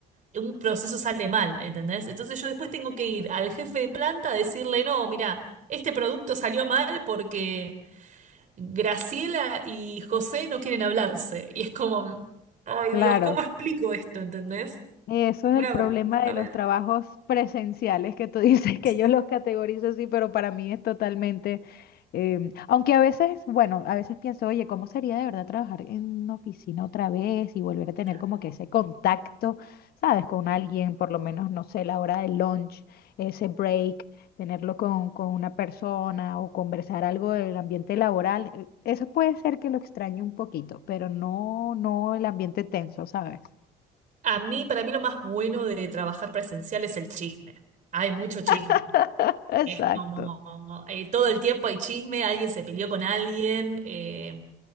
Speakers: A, on the right (about 50°); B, on the left (about 65°).
A: un proceso sale mal, ¿entendés? Entonces yo después tengo que ir al jefe de planta a decirle, no, mira, este producto salió mal porque... Graciela y José no quieren hablarse. Y es como, ay
B: claro.
A: Dios, ¿cómo explico esto? ¿Entendés?
B: Eso es
A: Una
B: el problema
A: vergüenza,
B: de los
A: ¿verdad?
B: trabajos presenciales, que tú <laughs> dices que
A: Sí,
B: yo los categorizo así, pero para mí es totalmente, em, aunque a veces, bueno, a veces pienso, oye, ¿cómo sería de verdad trabajar en una oficina otra vez y volver a tener
A: otra
B: como
A: vez.
B: que ese contacto, sabes, con alguien, por lo menos, no sé, la hora del lunch, ese break, tenerlo con, con una persona o conversar algo del ambiente laboral? eh, Eso puede ser que lo extrañe un poquito, pero no, no el ambiente tenso, ¿sabes?
A: A mí, para mí lo más bueno de trabajar presencial es el chisme. Hay mucho chisme.
B: <laughs> Exacto.
A: Es como, eh, todo el tiempo hay chisme, alguien se peleó con alguien, eh,